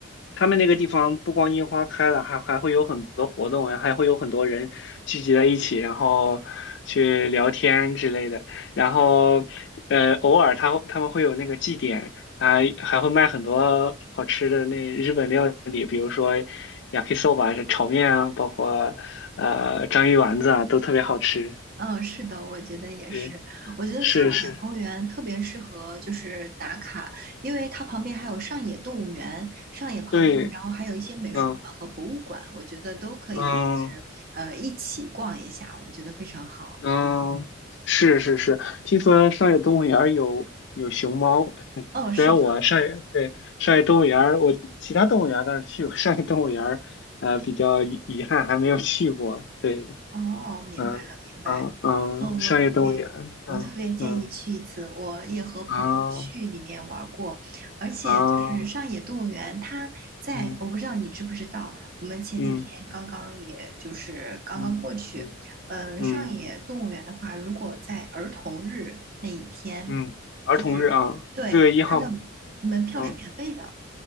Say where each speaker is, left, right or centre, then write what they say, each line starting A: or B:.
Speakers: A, on the left; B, on the right.
A: 他们那个地方不光樱花开了，还还会有很多活动，还会有很多人聚集在一起，然后去聊天之类的。然后呃，偶尔他他们会有那个祭典，还还会卖很多好吃的那日本料理，比如说 yakisoba 是炒面啊，包括呃章鱼丸子啊，都特别好吃。
B: 嗯，是的，我觉得也是。
A: 对，
B: 我觉得上野公园特别适合就是打卡，
A: 是是。
B: 因为它旁边还有上野动物园，上野旁边，
A: 对，
B: 然后还有一些美术馆和博物馆，
A: 嗯
B: 我觉得都可以，
A: 嗯
B: 就是呃一起逛一下，我觉得非常好。
A: 嗯，是是是，听说上野动物园儿有有熊猫，<laughs>
B: 哦，
A: 虽然我上野对上野动物园儿我其他动物园儿倒是去过，
B: 是的，
A: 上野动物园儿呃比较遗遗憾还没有去过。对，
B: 哦，明白了，
A: 嗯嗯嗯，
B: 明白。哦，我特别，
A: 上野动物园儿嗯嗯
B: 我特别建议去一次。我也和朋友去里面玩儿过，
A: 啊
B: 而且就是上野动物园，
A: 啊
B: 它在，
A: 嗯
B: 我不知道你知不知道，我们前几天刚刚也就是刚刚过去。
A: 嗯嗯嗯
B: 嗯，
A: 嗯嗯，
B: 上野动物园的话，如果在儿童日那一天，
A: 嗯儿童日啊，
B: 就是对它的
A: 六月一号嘛，
B: 门票是免费的。
A: 嗯。